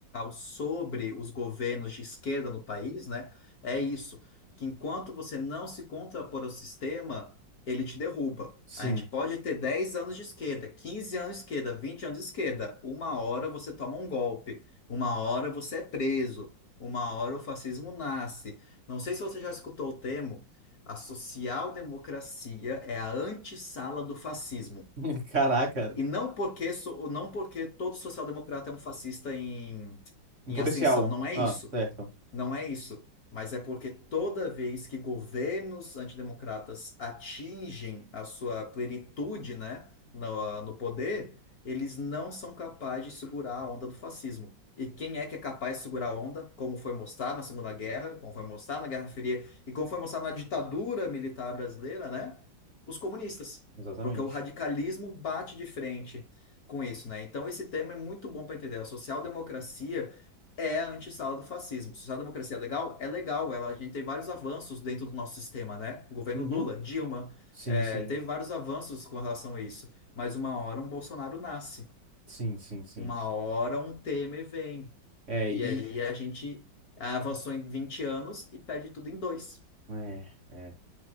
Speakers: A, on the left (about 50°); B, on the right (about 35°).
A: sobre os governos de esquerda no país, né? É isso, que enquanto você não se contrapor ao sistema, ele te derruba.
B: sim.
A: A gente pode ter 10 anos de esquerda, 15 anos de esquerda, 20 anos de esquerda. Uma hora você toma um golpe, uma hora você é preso, uma hora o fascismo nasce. Não sei se você já escutou o termo a social-democracia é a antessala do fascismo.
B: <laughs> Caraca,
A: E não porque, so- não porque todo social-democrata é um fascista em,
B: em
A: em
B: potencial.
A: ascensão, não é
B: Ah,
A: isso.
B: certo.
A: Não é isso, mas é porque toda vez que governos antidemocratas atingem a sua plenitude, né, no, no poder, eles não são capazes de segurar a onda do fascismo. E quem é que é capaz de segurar a onda, como foi mostrado na Segunda Guerra, como foi mostrado na Guerra Fria e como foi mostrado na ditadura militar brasileira, né? Os comunistas.
B: Exatamente.
A: Porque o radicalismo bate de frente com isso, né? Então esse tema é muito bom para entender. A social-democracia é a antessala do fascismo. Social-democracia é legal? É legal. Ela, a gente tem vários avanços dentro do nosso sistema, né? governo
B: Uhum.
A: Lula, Dilma,
B: Sim,
A: é,
B: sim.
A: teve vários avanços com relação a isso. Mas uma hora um Bolsonaro nasce.
B: Sim, sim, sim.
A: Uma hora um Temer vem.
B: É,
A: E
B: e.
A: aí a gente avançou em 20 anos e perde tudo em dois.
B: É. é.